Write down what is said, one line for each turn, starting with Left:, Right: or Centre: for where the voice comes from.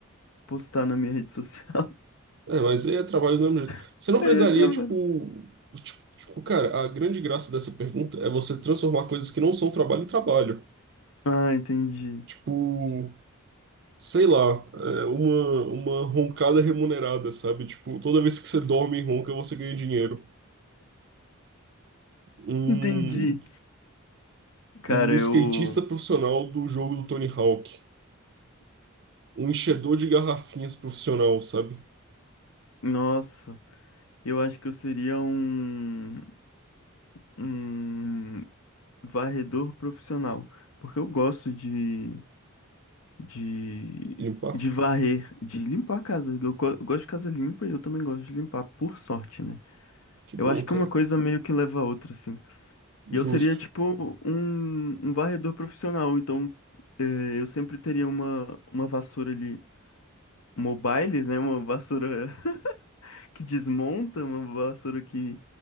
Left: postar na minha rede social.
Right: É, mas aí é trabalho do mesmo jeito.
Left: <laughs>
Right: Você não
Left: Aí
Right: precisaria,
Left: é trabalho.
Right: tipo. Tipo, tipo, cara, a grande graça dessa pergunta é você transformar coisas que não são trabalho em trabalho.
Left: Ah, entendi.
Right: Tipo. sei lá, é, uma, uma roncada remunerada, sabe? Tipo, toda vez que você dorme e ronca, você ganha dinheiro. Um,
Left: Entendi. Cara,
Right: um
Left: eu.
Right: skatista profissional do jogo do Tony Hawk. Um enchedor de garrafinhas profissional, sabe?
Left: Nossa, eu acho que eu seria um. Um varredor profissional. Porque eu gosto de. de,
Right: Limpar?
Left: de varrer, de limpar a casa. Eu, go- eu gosto de casa limpa e eu também gosto de limpar, por sorte, né?
Right: Que bom,
Left: Eu acho que
Right: cara.
Left: uma coisa meio que leva a outra, assim.
Right: Justo.
Left: E eu seria, tipo, um, um varredor profissional, então eh, eu sempre teria uma, uma vassoura ali mobile, né? Uma vassoura <laughs> que desmonta, uma vassoura que.